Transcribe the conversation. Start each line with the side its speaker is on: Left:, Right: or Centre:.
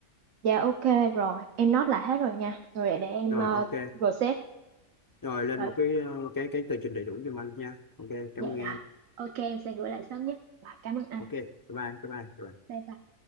Right: dạ ok rồi, em note lại hết rồi nha. Rồi để, để em
Left: rồi
Right: ờ,
Left: ok
Right: process.
Left: rồi lên
Right: Rồi,
Left: một cái ờ, cái cái tờ trình đầy đủ cho anh nha ok cảm
Right: dạ
Left: ơn em
Right: rồi. Ok, em sẽ gửi lại sớm nhất. Và cảm ơn anh.
Left: ok bye bye bye bye, bye bye.
Right: Bye bye.